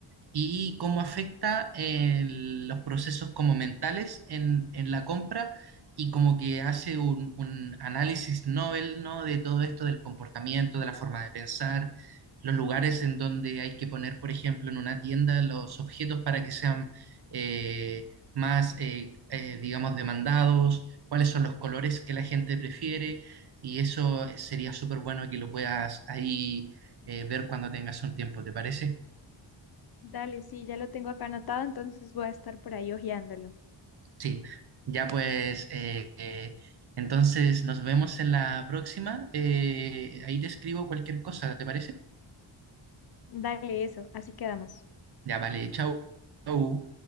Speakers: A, on the right; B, on the left.
A: y cómo afecta en los procesos como mentales en, en la compra y como que hace un, un análisis novel, ¿no? De todo esto del comportamiento, de la forma de pensar, los lugares en donde hay que poner, por ejemplo, en una tienda los objetos para que sean eh, más, eh, eh, digamos, demandados, cuáles son los colores que la gente prefiere y eso sería súper bueno que lo puedas ahí eh, ver cuando tengas un tiempo, ¿te parece?
B: Dale, sí, ya lo tengo acá anotado, entonces voy a estar por ahí hojeándolo.
A: Sí, ya pues, eh, eh, entonces nos vemos en la próxima. Eh, ahí te escribo cualquier cosa, ¿te parece?
B: Dale eso, así quedamos.
A: Ya vale, chao. Chao.